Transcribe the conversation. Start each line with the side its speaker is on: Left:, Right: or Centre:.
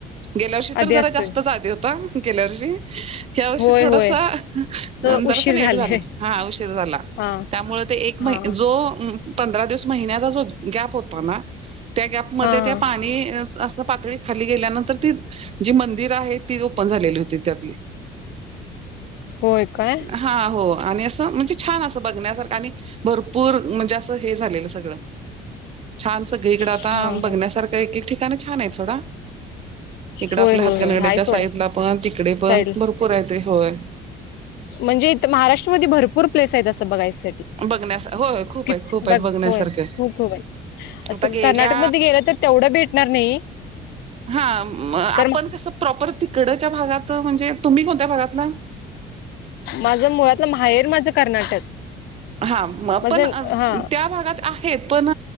Right: गेल्या वर्षी
Left: आधी
Right: तर
Left: असतोय
Right: जरा जास्तच आधी होता गेल्या वर्षी हवर्षी
Left: होय
Right: थोडासा
Left: होय
Right: जरास
Left: तर उशीर
Right: लेट
Left: झाले
Right: झालं हा उशीर झाला.
Left: हा
Right: त्यामुळ ते एक
Left: हा
Right: महि जो पंधरा दिस महिन्याचा जो गॅप होता ना त्या गॅप मध्ये
Left: हां,
Right: ते पाणी
Left: हां.
Right: अस पातळी खाली गेल्यानंतर ती जी मंदिर आहे ती झालेली होती त्यातली
Left: होय काय?
Right: हा हो आणि असं म्हणजे छान अस बघण्यासारखं आणि भरपूर म्हणजे अस हे झालेलं सगळं. छान सगळीकडं आता
Left: हां. हो.
Right: बघण्यासारखं एक एक ठिकाणी छान आहे सोडा. इकडे
Left: होय,
Right: आपल्या
Left: होय,
Right: हातकानगड्याच्या
Left: होय. आहे सोडा
Right: साईज ला पण तिकडे पण
Left: साईडला.
Right: भरपूर आहेयचे होय
Left: म्हणजे महाराष्ट्रमध्ये भरपूर प्लेस आहेत असं बघायसाठी
Right: बघण्यास होय खूप
Left: क
Right: आहेत खूप
Left: बघ
Right: आहेत बघण्यासारखे
Left: होय खूपय असं
Right: आता गेल्या
Left: कर्नाटक मध्ये गेलं तर तेवढं भेट न नाही
Right: हा
Left: कारण
Right: आपण कस प्रॉपर तिकडच्या भागात म्हणजे तुम्ही कोणत्या भागातला
Left: माझं मुळातलं माहेर माझं कर्नाटक
Right: हा
Left: माझं
Right: पण
Left: हां.
Right: त्या भागात आहेत पण